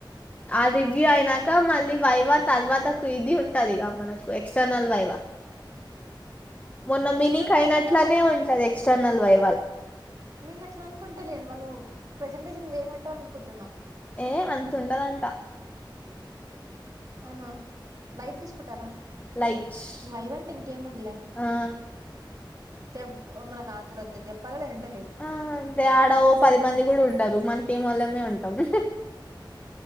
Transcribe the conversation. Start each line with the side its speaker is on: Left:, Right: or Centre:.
Left: ఆ రివ్యూ అయినాక మళ్ళీ వైవా తర్వాతకు ఇది ఉంటదిగా మనకు ఎక్స్టర్నల్ వైవా మొన్న
Right: ఎక్స్టర్నల్
Left: మినికి అయినట్లనే
Right: వైవా డైరెక్ట్
Left: ఉంటది ఎక్స్టర్నల్ వై వాల్
Right: నేను అట్లా అనుకుంటలేను వాళ్ళు ప్రజెంటేషన్ చేయమంటారు అనుకుంటున్నా
Left: ఏ అంతుండదంట
Right: ఆమ లైట్ తీసుకుంటారా
Left: లైట్స్
Right: వైవంటే ఇంకేముందలే
Left: ఆ
Right: చెప్పు మన కాంచలు వత్తయి చెప్పాలలే ఏ
Left: ఆ అంటే ఆడ పది మంది కూడా ఉండరు మన టీం వల్లమే ఉన్ అవునా